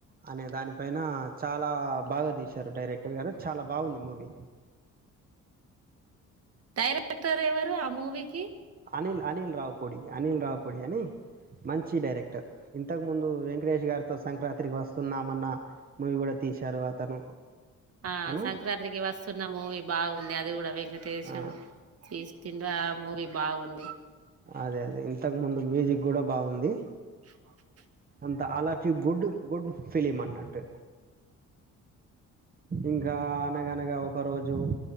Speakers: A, on the right (about 30°); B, on the right (about 50°).
A: అనే దానిపైన చాలా బాగా తీశారు డైరెక్టర్ గారు చాలా బాగుంది మూ వీ
B: డైరెక్టర్ ఎవరు ఆ మూవీకి
A: అనిల్ అనిల్ రావుపొడి అనిల్ రావు పొడి అని మంచి డైరెక్టర్ ఇంతకు ముందు వెంకటేష్ గారితో సంక్రాంతికి వస్తున్నామన్న మూవీ కూడా తీశారు అతను
B: ఆ
A: తను
B: సంక్రాంతికి వస్తున్న మూవీ బాగుంది అది కూడా వెంకటే తీసు
A: ఆ
B: <unintelligible> టే ఆ మూవీ బాగుంది
A: అదే అదే ఇంతకు ముందు మ్యూజిక్ కూడా బాగుంది
B: <unintelligible>
A: అంత అలాచి గుడ్ గుడ్ ఫీలిమ్ అన్నట్టు ఇంకా అనగనగా ఒకరోజు